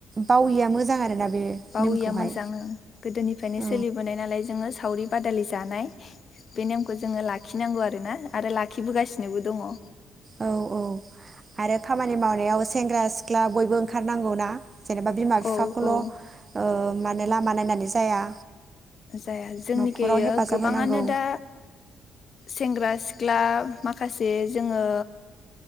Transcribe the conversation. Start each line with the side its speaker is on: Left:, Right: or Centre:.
Right: बावैया मोजां आरोना बे
Left: बाविया
Right: नेमखौहाय
Left: मोजां ओं गोदोनिफ्रायनो
Right: औ
Left: सोलिबोनाय नालाय जोङो सावरि बादालि जानाय बे नेमखौ जोङो लाखिनांगौ आरो ना आरो लाखिबोगासिनोबो दङ।
Right: औ औ आरो खामानि मावनायाव सेंग्रा सिख्ला बयबो ओंखारनांगौ ना जेनेबा बिमा बिफाखौल'
Left: औ औ
Right: ओ माने लामा नायनानै जाया।
Left: जाया जोंनिखै
Right: न'खराव हेफाजाब
Left: ओ गोबाङानो
Right: होनांगौ
Left: दा सेंग्रा सिख्ला माखासे जोङो